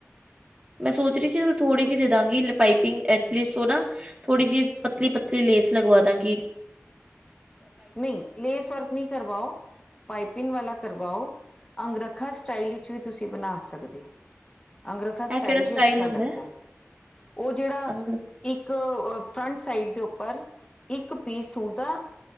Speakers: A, on the right; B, on the left.
A: ਮੈਂ ਸੋਚ ਰਹੀ ਸੀ ਥੋੜ੍ਹੀ ਜਿਹੀ ਦੇ ਦਾਂਗੀ ਪਾਈਪਿੰਗ ਐਟਲੀਸਟ ਉਹ ਨਾ ਥੋੜੀ ਜਿਹੀ ਪਤਲੀ-ਪਤਲੀ ਲੇਸ ਲਗਵਾ ਦਾਂਗੀ।
B: ਨਹੀਂ ਲੇਸ ਵਰਕ ਨਹੀ ਕਰਵਾਓ। ਪਾਈਪਿੰਨ ਵਾਲਾ ਕਰਵਾਓ ਅੰਗਰੱਖਾ ਸਟਾਈਲ ਵਿੱਚ ਵੀ ਤੁਸੀਂ ਬਣਾ ਸਕਦੇ ਹੋ। ਅੰਗਰਖਾ ਸਟਾਈਲ
A: ਇਹ ਕਿਹੜਾ
B: ਵੀ ਅੱਛਾ
A: ਹੁੰਦਾ
B: ਲੱਗਦਾ ਹੈ ਉਹ ਜਿਹੜਾ
A: ਅੰਗ
B: ਇੱਕ ਫਰੰਟ ਸਾਈਡ ਦੇ ਉੱਪਰ ਇੱਕ ਪੀਸ ਸੂਟ ਦਾ